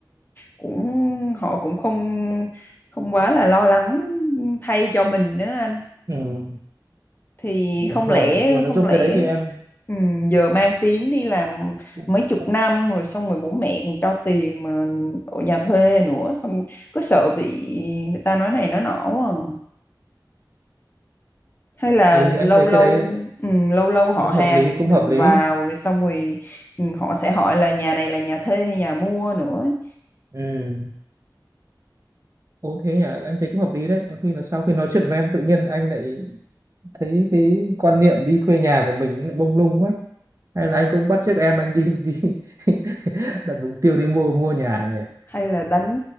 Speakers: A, on the left (about 25°); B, on the right (about 40°).
A: cũng họ cũng không không
B: Ừ.
A: quá là lo lắng thay cho mình nữa anh
B: ừ.
A: thì
B: đúng
A: không
B: rồi
A: lẽ
B: đúng rồi nói
A: không
B: chung
A: lẽ
B: cái đấy thì em
A: ừm, giờ mang tiếng đi làm
B: cũng-
A: mấy chục
B: cũng-
A: năm rồi xong rồi bố mẹ còn cho tiền mà ở nhà thuê nữa xong có sợ bị người ta nói này nói nọ không à hay là
B: ừ
A: lâu
B: thì anh thấy
A: lâu
B: cái đấy
A: ừm, lâu lâu họ
B: cũng
A: hàng
B: hợp lý cũng
A: mình
B: hợp lý
A: vào rồi xong rồi ừm, họ sẽ hỏi là nhà này là nhà thuê hay nhà mua nữa ấy.
B: ừ Ồ thế nhỉ, anh thấy cũng hợp lý đấy. Có khi là sau khi nói chuyện với em tự nhiên anh lại thấy cái quan niệm đi thuê nhà của mình nó lại mông lung quá. Hay là anh cũng bắt chước em anh đi đi <laughs> đặt mục tiêu đi mua mua nhà nhỉ.
A: hay là đánh